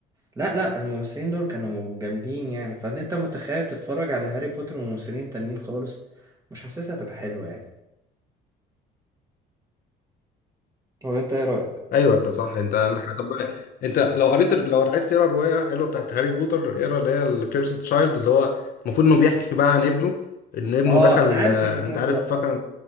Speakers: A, on the right; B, on the left.
A: لا لا الممثلين دول كانوا جامدين يعني فان انت متخيل تتفرج على هاري بوتر وممثلين تانيين خالص مش حاسسها تبقى حلوة يعني ولا انت ايه رأيك؟
B: ايوه انت صح انت عندك حق. طب انت لو قريت لو عايز تقرا روايه حلوه بتاعت هاري بوتر اقرا اللي هي الكيرسي تشايلد اللي هو المفروض انه بيحكي بقى عن ابنه ان ابنه
A: اه
B: دخل
A: انا عارف
B: آه،
A: الكتاب
B: انت عارف
A: ده آه.
B: فاكر